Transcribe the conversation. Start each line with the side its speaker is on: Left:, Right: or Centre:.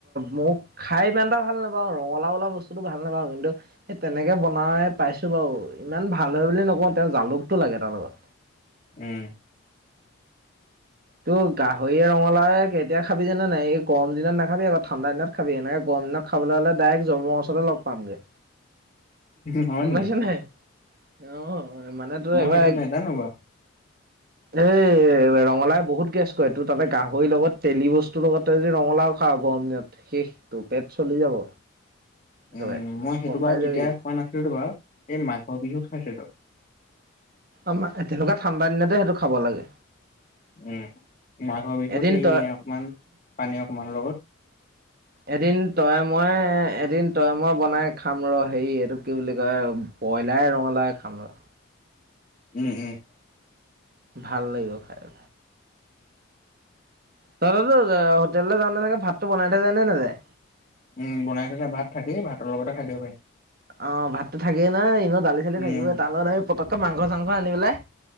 Right: মোক খাই ইমান এটা ভাল নাপাওঁ ৰঙালা ওলা বস্তুতো ভাল নাপাওঁ কিন্তু সেই তেনেকে বনাই পাইছো বাৰু ইমান ভাল হয় বুলি নকওঁ তেওঁ জালুকটো লাগে তাৰ লগত
Left: উম
Right: ত' গাহৰি ৰঙালা কেতিয়া খাবি জানে নাই এই গৰম দিনত নাখাবি আকৌ ঠাণ্ডা দিনত খাবি এনেকে গৰ কম্য খাবলৈ হ'লে ডাইৰেক্ট জমৰ ওচৰতে লগ পামগে
Left: হয়
Right: গম
Left: নেক
Right: পাইছ নাই অ মানে তো এবাৰ
Left: সেইটো নাজানো বাৰু
Right: এই ৰঙালা বহুত গেছ কৰে এইটো তাতে গাহৰি লগত তেলি বস্তুৰ লগতে যদি ৰঙালাও খাওঁ গৰম দিনত শেষটো পেট চলি যাব একেবাৰে
Left: উম মই সেইটো
Right: গম
Left: বাৰু
Right: পাই
Left: তেতিয়া
Right: যাবি
Left: খোৱা নাছিলোতো বাৰু এই মাঘৰ বিহুক খাইছিলোতো
Right: আম তেনেকুৱা ঠাণ্ডা দিনতে সেইটো খাব লাগে
Left: উম মাঘৰ বিহুত
Right: এদিন
Left: এই
Right: তই
Left: অকমান পানী অকমান লগত
Right: এদিন তই মই এদিন তয়মৰ বনাই খাম ৰ হেৰি এইটো কি বুলি কয় ব্ৰইলাৰ ৰঙলাই খাম ৰ
Left: উম উম
Right: ভাল লাগিব খায় দাদো হোটেললে যামওঁ তেনেকে ভাতটো বনাই থে য নে নাযায়
Left: উম বনাই থকা ভাত থাকেই ভাতৰ লগতে খাই দিব পাৰিম
Right: অ ভাতো থাকেই নাই এনেও দালি চালি
Left: উম
Right: থাকিবই তাৰ লগত আি পতককৈ মাংস চাংস আনি পেলাই